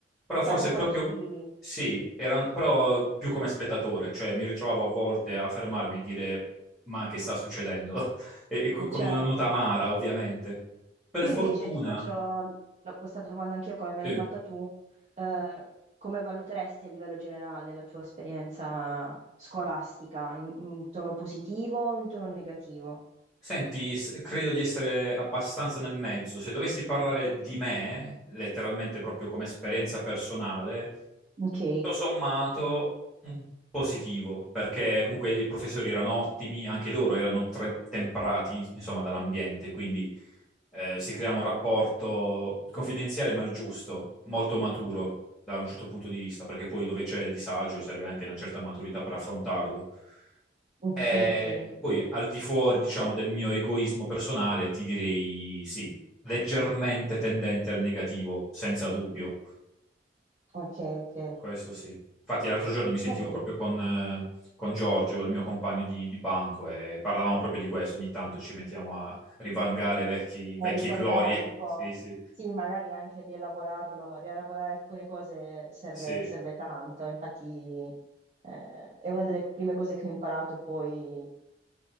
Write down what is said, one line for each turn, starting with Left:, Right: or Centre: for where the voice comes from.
Centre: Però forse
Right: però un po'
Centre: proprio
Right: le subivi,
Centre: sì, era, però più come spettatore, cioè mi ritrovavo a volte a fermarmi e dire ma che sta succedendo? <laughs> E, e co-
Right: eh,
Centre: con
Right: certo.
Centre: una nota amara, ovviamente. Per
Right: Tu
Centre: fortuna,
Right: invece ti faccio la- questa domanda anch'io come me l'hai
Centre: sì.
Right: fatta tu, Eh, come valuteresti a livello generale la tua esperienza scolastica, in, in tono positivo o in tono negativo?
Centre: Senti, s- credo di essere abbastanza nel mezzo. Se dovessi parlare di me, letteralmente proprio come esperienza personale,
Right: Ok,
Centre: tutto sommato mm, positivo, perché comunque i professori erano ottimi, anche loro erano tre- temprati, insomma, dall'ambiente, quindi eh, si crea un rapporto confidenziale ma il giusto, molto maturo da un certo punto di vista, perché poi dove c'è disagio serve anche una certa maturità per affrontarlo.
Right: ok,
Centre: E
Right: ok,
Centre: poi al di fuori, diciamo, del mio egoismo personale, ti direi sì, leggermente tendente al negativo, senza dubbio.
Right: ok, ok.
Centre: Questo sì. Infatti, l'altro giorno mi sentivo
Right: Va bene,
Centre: proprio con, eh, con Giorgio, il mio compagno di, di banco, e parlavamo proprio di questo. Ogni tanto ci mettiamo a rivangare vecchi-
Right: a
Centre: vecchie
Right: ricordare
Centre: glorie.
Right: un po'.
Centre: Sì, sì,
Right: Sì, magari anche rielaborarlo, rielaborare alcune cose serve,
Centre: sì.
Right: serve tanto, infatti eh, è una delle prime cose che ho imparato poi